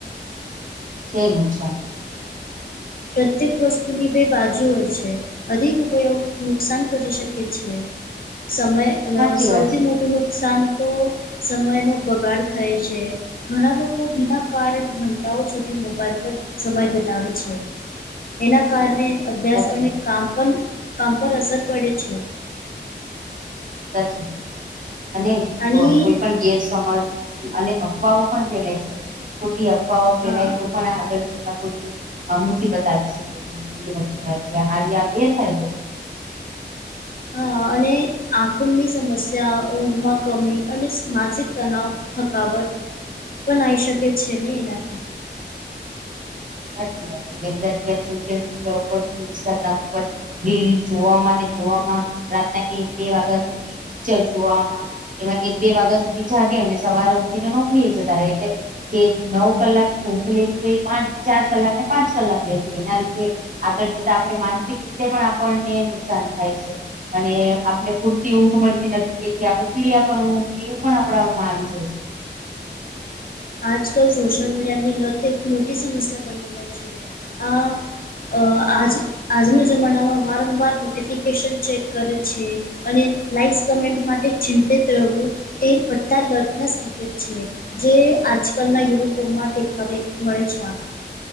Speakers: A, on the right; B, on the left.
A: છેે નુકસાન.
B: પ્રત્યેક વસ્તુની બે બાજુ હોય છે. અધિક ઉપયોગ નુકસાન કરી શકે છે. સમય
A: સાચી
B: અ સૌથી
A: વાત છે
B: મોટું નુકસાન તો સમયનો બગાડ થાય છે. ઘણા લોકો બિના કારણ ઘંટાઓ સુધી મોબાઈલ પર સમય બિતાવે છે. એના કારણે અભ્યાસ
A: સાચી
B: અને કામ પણ કામ પર અસર પડે છે.
A: સાચી વાત અને ક
B: અને
A: કોઈ પણ ગેરસમજ અને અફવાઓ પણ ફેલાય શકે છે ખોટી અફવાઓ ફેલાય
B: હા
A: તો પણ આગળ જતા કોઈને આ મુસીબત આવી શકે છે એ વસ્તુના લીધે <unintelligible> આ ગેરફાયદો છે.
B: હા અને આંખોની સમસ્યા, ઊંઘમાં કમી અને સ માનસિક તનાાવ, થકાવટ પણ આવી શકે છે ને એનાથી.
A: સાચી વાત છે જેમ કે <unintelligible> સોશિલ મીડિયા ઉપર, ઇન્સ્ટાગ્રામ ઉપર રીલ જોવામાં અને જોવામાં રાતના એક બે વાગ્યા સુધી પિક્ચર જોવામાં એમાં એક બે વાગ્યા સુધી જાગે અને સવારે ઉઠીને નોકરીએ જતા રહે એટલે જે નવ કલાકની ઊંઘ લેવી હોય એ પાંચ ચાર કલાક ને પાંચ કલાક લે છે એના લીધે આગળ જતા આપણે માનસિક રીતે પણ આપણને નુકસાન થાય છે. અને આપને પૂરતી ઊંઘ મળતી નથી તેથી આપણે ચીડિયા પણું એવું પણ આપણામાં આવી જાય છે.
B: આજકાલ સોશિયલ મીડિયાની લત એક મોટી સમસ્યા બની ગઈ છે અ અ આજ આજના જમાનામાં વારંવાર નોટિફિકેશન ચેક કરે છે અને લાઈક્સ કમેન્ટ માટે ચિંતિત રહવું એ ઘટતા લગ્ન સંકેત છે જે આજકાલના યુવકો માં તે ખરે મળે છે આ.